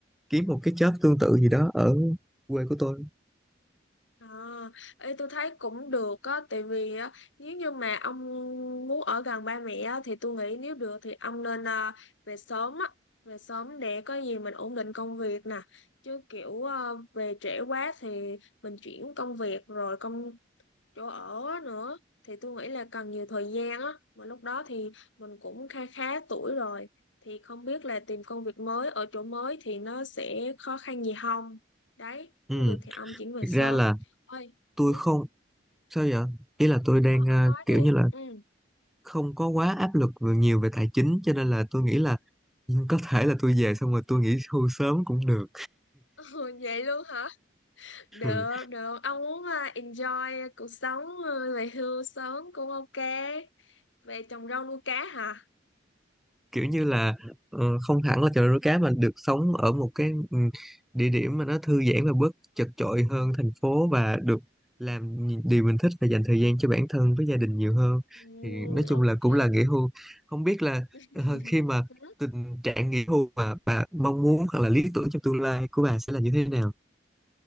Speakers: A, in the centre; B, on the left (about 85°).
A: kiếm một cái job tương tự gì đó ở quê của tôi
B: À, ê, tôi thấy cũng được á, tại vì á, nếu như mà ông muốn ở gần ba mẹ á, thì tôi nghĩ nếu được thì ông nên à, về sớm á, về sớm để có gì mình ổn định công việc nè, chứ kiểu à, về trễ quá thì mình chuyển công việc rồi công chỗ ở á nữa thì tôi nghĩ là cần nhiều thời gian á mà lúc đó thì mình cũng khá khá tuổi rồi thì không biết là tìm công việc mới ở chỗ mới thì nó sẽ khó khăn gì không đấy
A: ừ
B: nếu được thì ông chuyển về
A: thực
B: sớm
A: ra là
B: ơi
A: tôi
B: ừ,
A: không sao vậy ý là tôi đang
B: ông
A: ờ,
B: nói
A: kiểu
B: đi
A: như là
B: ừ <laughs>
A: không có quá áp lực về- nhiều về tài chính cho nên là tôi nghĩ là <laughs> có thể là tôi về xong rồi tôi nghỉ hưu sớm cũng được
B: Ừ, vậy luôn hả được
A: Ừ.
B: được ông muốn à, enjoy cuộc sống à, về hưu sớm cũng ok về trồng rau nuôi cá hả
A: kiểu như là ờ, không hẳn là chợ nuôi cá mà được sống ở một cái ừ, địa điểm mà nó thư giãn và bớt chật chội hơn thành phố và được làm những điều mình thích và dành thời gian cho bản thân với gia đình nhiều hơn
B: ừ,
A: thì nói
B: ok
A: chung là cũng là nghỉ hưu không biết là
B: <laughs>
A: ờ, khi mà tình trạng nghỉ hưu mà bà mong muốn hoặc là lý tưởng trong tương lai của bà sẽ là như thế nào